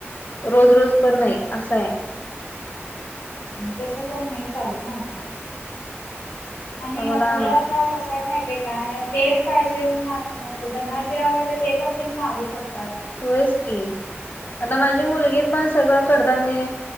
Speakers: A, on the left (about 45°); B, on the left (about 80°).
A: रोज रोज पण नाही असं आहे.
B: तसं पण नाही चालत ना आता आणि
A: तर मला
B: मुलंता कसं माहितीय काय तेच पाहिजे मून असं नसते त्यांना जे आवडते ते पण त्यां मागू शकतात
A: होयच की आता माझी मुलगी पण सगळं कडधने